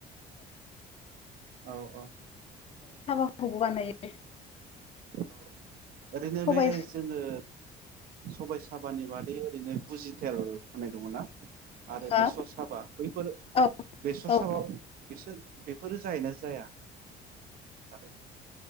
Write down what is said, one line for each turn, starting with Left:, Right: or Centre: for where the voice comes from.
Right: औ
Left: खौबो बानायो।
Right: औ ओरैनो
Left: सबाइ
Right: बे जोङो। सबाय साबानि बादै ओरैनो बुजिटेल होननाय दङ ना। आरो
Left: हा
Right: बेसर साबा बैफोर
Left: औ
Right: बेसर
Left: औ
Right: साबा बिसोर बेफोरो जायोना जाया आरो।